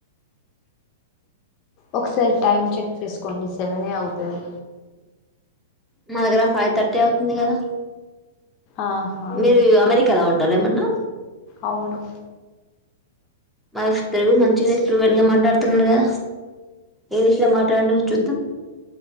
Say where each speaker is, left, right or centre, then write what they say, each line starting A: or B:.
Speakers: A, on the left (about 40°); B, in the centre.
A: ఒకసారి టైమ్ చెక్ చేసుకోండి సెవెన్ అవుతుంది
B: మా దగ్గర ఫైవ్ థర్టీ అవుతుంది కదా
A: ఆహా
B: మీరు అమెరికా లా ఉంటార ఏమన్నా
A: అవును
B: మా తెలుగు మంచిగానేప్పులున్గా మాట్లాడుతున్నారుగా ఇంగ్లీష్ లో మాట్లాడడం చూద్దాం